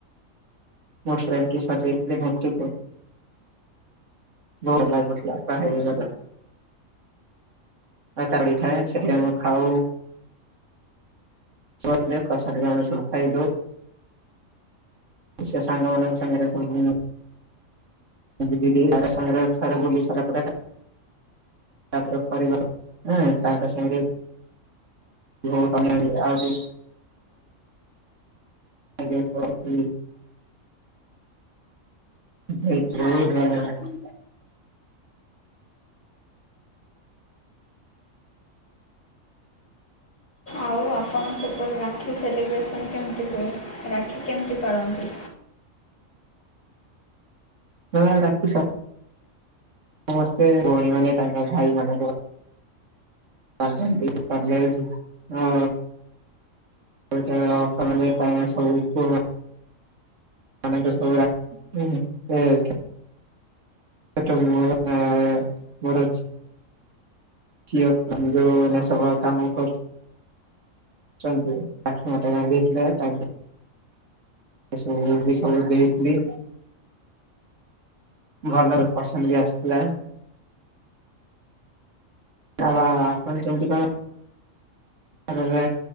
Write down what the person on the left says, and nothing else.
ଆଉ ଆପଣ ସେପଟେ ରାକ୍ଷୀ ସେଲିବ୍ରେସନ୍ କେମତି ହୁଏ ରାକ୍ଷୀ କେମତି ପାଳନ୍ତି?